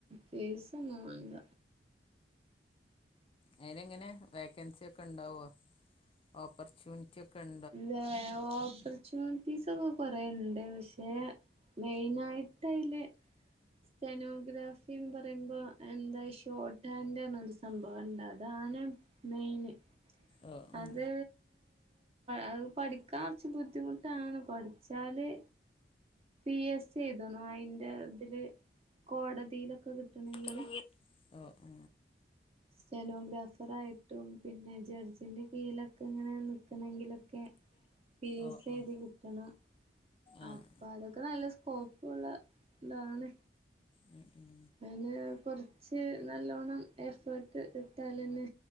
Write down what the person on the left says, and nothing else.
അതിന് ങ്ങനെ വേക്കൻസി ഒക്കെ ണ്ടാവോ? ഓപ്പർച്യൂണിറ്റി ചൊക്കാൻ
ഓ ഉം
ട്ടണെങ്കി ഓ ആ
ഓ
ഓ
ആഹ്
ഉം ഉം